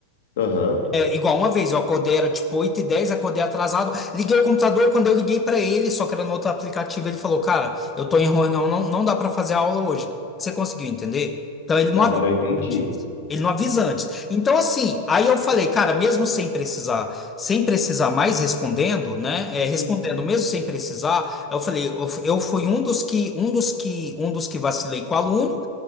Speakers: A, on the left; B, on the left.
A: Aham.
B: É, igual uma vez, eu acordei, era tipo oito e dez acordei atrasado, liguei o computador, quando eu liguei pra ele, só que era no outro aplicativo, ele falou, cara, eu tô em reunião, não, não dá pra fazer aula hoje. Você conseguiu entender? Então ele não
A: Agora
B: avisa
A: eu entendi.
B: antes. Ele não avisa antes. Então assim, aí eu falei, cara, mesmo sem precisar, sem precisar mais respondendo, né? é, respondendo
A: Sim.
B: mesmo sem precisar, eu falei, eu, eu fui um dos que, um dos que, um dos que vacilei com o aluno,